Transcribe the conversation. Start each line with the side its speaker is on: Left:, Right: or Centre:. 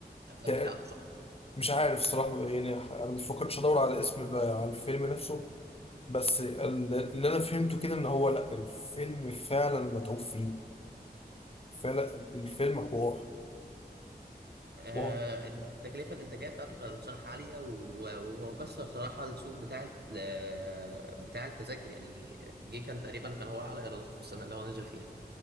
Right: الافلام
Left: تق-
Right: بتاعته صح
Left: مش عارف الصراحة يعني انا مفكرتش ادور على اسم بقى على الفيلم نفسه بس ال- اللي انا فهمته كده ان هو لا الفيلم فعلا متعوب فيه فعلا الفيلم حوار
Right: آه...
Left: واو
Right: التكلفه الانتاجيه بتاعته كانت صراحه عاليه و- وهو كسر صراحه السوق بتاع الت- ل- بتاع التذاكر يعني جه كان تقريبا كان هو اعلى ايرادات في السنه اللي هو نزل فيها